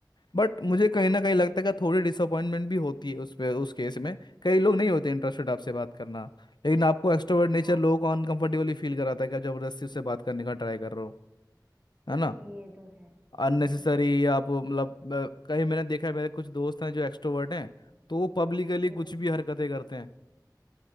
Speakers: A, on the left; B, on the right.
A: बट मुझे कहीं
B: हाँ
A: ना कहीं लगता है कि थोड़ी डिसअपॉइंटमेंट भी होती है उस पे उस केस में कई लोग नहीं होते इंटरेस्टेड आपसे बात करना लेकिन आपको एक्सट्रोवर्ट नेचर
B: हाँ
A: लोगों को अनकंफर्टेबली फील कराता है कि आप जबरदस्ती उससे बात करने का ट्राई कर रहे हो है ना
B: ये तो है
A: अननेसेसरी
B: हाँ
A: आप मतलब अ, कहीं मैंने देखा है मेरे कुछ दोस्त हैं जो एक्सट्रोवर्ट हैं तो वो पब्लिकली
B: हम्म
A: कुछ भी हरकतें करते हैं